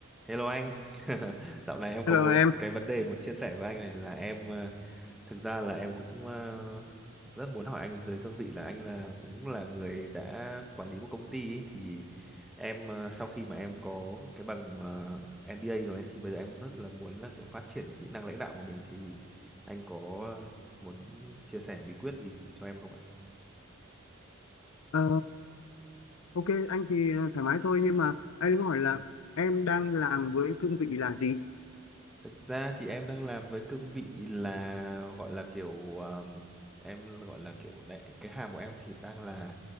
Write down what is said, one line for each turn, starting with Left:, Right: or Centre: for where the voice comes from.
Centre: Hello anh, <laughs> dạo này em có
Left: Hello
Centre: một
Left: em,
Centre: cái vấn đề muốn chia sẻ với anh này là em ờ, thực ra là em cũng ờ, rất muốn hỏi anh dưới cương vị là anh là cũng là người đã quản lý một công ty ấy, thì em ờ, sau khi mà em có cái bằng ờ, MBA rồi ấy, thì bây giờ em rất là muốn là kiểu phát triển cái kỹ năng lãnh đạo của mình thì anh có ờ, muốn chia sẻ bí quyết gì cho em không ạ?
Left: Ờ, ok anh thì ờ, thoải mái thôi nhưng mà anh muốn hỏi là em đang làm với cương vị là gì?
Centre: Thực ra thì em đang làm với cương vị là gọi là kiểu um, em gọi là kiểu đại, cái hàm của em thì đang là